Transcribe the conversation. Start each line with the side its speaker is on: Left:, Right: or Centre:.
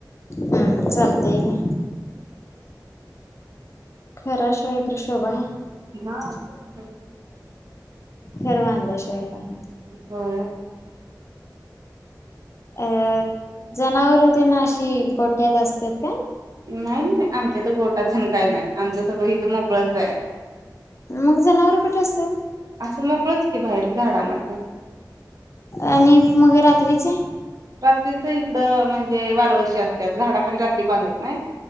Left: हम्म चालतंय घ्या. घरा शिवाय तरी शोभ हाय?
Right: <inaudible>
Left: घर बांदाय पाहिजे.
Right: <unintelligible>
Left: अ जनावर तेन अशी गोठ्यात असत्यात काय?
Right: नाही नाही आमच्या तर गोटातेन काय नाही. आमचं सगळं हित मोकळच आहे.
Left: मग जनावर कुठे असत्यात?
Right: असं मोकळच की बाहेर झाडांना तेन.
Left: आणि मग रात्री चे?
Right: रात्रीच इकड म्हणजे वारवशी असतात झाडा खाली रात्री बांधत नाही